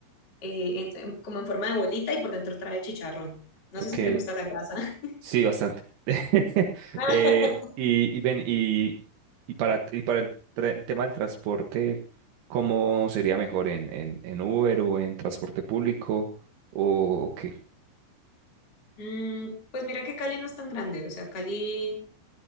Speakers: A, on the left (about 25°); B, on the right (about 75°).
A: eh, en- en- como en forma de bolita y por dentro trae chicharrón. No
B: ok.
A: sé si te gusta la grasa.
B: Sí, bastante. <laughs>
A: <laughs>
B: Eh, y, y ven, y, y para, y para el, tra- el tema del transporte, ¿cómo sería mejor en, en, en Uber o en transporte público o qué?
A: Mm, pues mira que Cali no es tan grande, o sea, Cali,